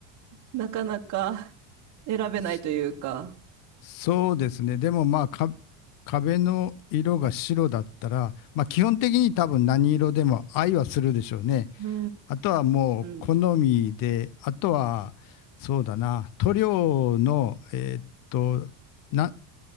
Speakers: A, on the right; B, on the left.
A: なかなか選べないというか。
B: そそうですね。でもまあか、壁の色が白だったら、まあ基本的に多分何色でも愛はするでしょうね。
A: うー
B: あとはもう好みで、
A: ん。
B: あとはそうだな、塗料の、えーっと、な、